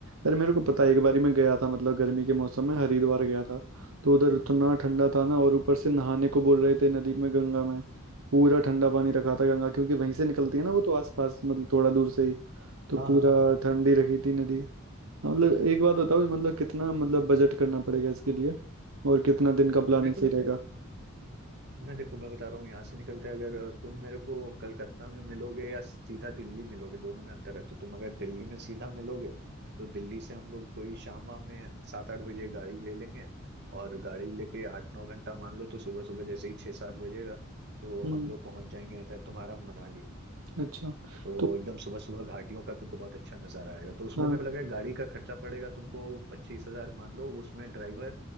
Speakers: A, on the right (about 75°); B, on the right (about 50°).
A: अरे मेरे को पता है एक बारी मैं गया था मतलब गर्मी के मौसम में हरिद्वार गया था तो उधर इतना ठंडा था ना और ऊपर से नहाने को बोल रहे थे नदी में गंगा में पूरा ठंडा पानी रखा था गंगा क्योंकि
B: हम्म।
A: वहीं से निकलती है ना वो तो आसपास मतलब थोड़ा दूर से ही तो
B: हाँ
A: पूरा
B: हाँ हाँ हाँ
A: ठंडी रखी थी नदी हाँ, मतलब एक बात बताओ मतलब कितना मतलब बजट करना पड़ेगा इसके लिए और कितना दिन का प्लानिंग
B: मेरे को
A: सही
B: लगता
A: रहेगा
B: है मैं देखो मैं बता रहा हूँ यहाँ से निकलते हैं, अगर तुम मेरे को कलकत्ता में मिलोगे या सीधा दिल्ली मिलोगे दोनों में अंतर है तो तुम अगर दिल्ली में सीधा मिलोगे तो दिल्ली से हम लोग कोई शाम वाम में सात आठ बजे गाड़ी ले लेंगे और गाड़ी लेके आठ नौ घंटा मान लो तो सुबह सुबह जैसे ही छः सात बजेगा तो
A: हम्म
B: हम लोग पहुंच जाएंगे इधर तुम्हारा मनाली
A: अच्छा
B: तो
A: तो
B: एकदम सुबह सुबह घाटियों का तुमको बहुत अच्छा नजारा आएगा तो उसमें
A: हाँ
B: मेरे को लग रहा है गाड़ी का खर्चा पड़ेगा तुमको पच्चीस हजार मान लो उसमें ड्राइवर